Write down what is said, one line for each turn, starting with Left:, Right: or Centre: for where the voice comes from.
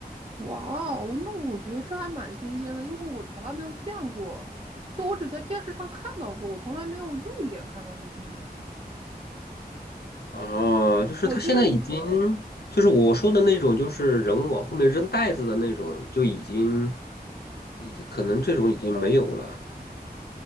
Right: 哇哦，那我觉得这还蛮新鲜的，因为我从来没有见过，就我只在电视上看到过，我从来没有肉眼看到过这些。
Left: 哦，就是他现在已经，
Right: 我觉得你们
Left: 就是我说的那种，就是人物往后面扔袋子的那种，就已经，已经可能这种已经没有了。